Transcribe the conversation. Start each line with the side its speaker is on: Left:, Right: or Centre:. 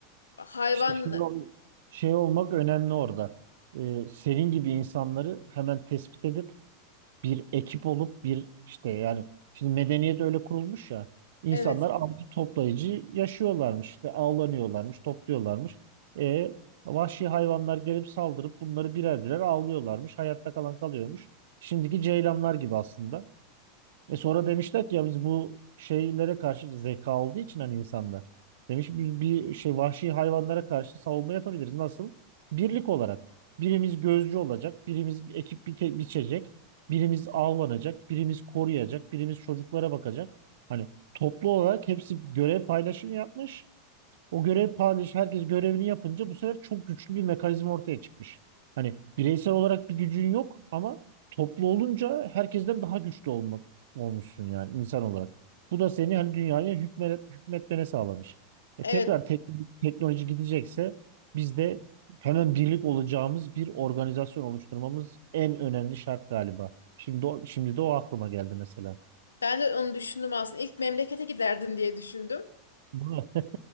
Left: Hayvan
Right: İşte şey, ol- şey olmak önemli orada. Ee, senin gibi insanları hemen tespit edip bir ekip olup bir işte yani şimdi medeniyet öyle kurulmuş ya insanlar
Left: evet
Right: avcı toplayıcı yaşıyorlarmış işte avlanıyorlarmış topluyorlarmış. E, vahşi hayvanlar gelip saldırıp bunları birer birer avlıyorlarmış hayatta kalan kalıyormuş. Şimdiki ceylanlar gibi aslında. E sonra demişler ki ya biz bu şeylere karşı zeka olduğu için hani insanda. Demiş biz bir şey vahşi hayvanlara karşı savunma yapabiliriz. Nasıl? Birlik olarak. Birimiz gözcü olacak, birimiz ekip bike- biçecek, birimiz avlanacak, birimiz koruyacak, birimiz çocuklara bakacak. Hani toplu olarak hepsi görev paylaşımı yapmış. O görev paylaşı herkes görevini yapınca bu sefer çok güçlü bir mekanizma ortaya çıkmış. Hani bireysel olarak bir gücün yok ama toplu olunca herkesten daha güçlü olmak olmuşsun yani insan olarak. Bu da seni hani dünyaya hükmet, hükmetmene sağlamış. E
Left: evet
Right: tekrar tek- teknoloji gidecekse biz de hemen birlik olacağımız bir organizasyon oluşturmamız en önemli şart galiba. Şimdi o, şimdi de o aklıma geldi mesela.
Left: ben de onu düşündüm aslında. İlk memlekete giderdim diye düşündüm.
Right: Değil mi?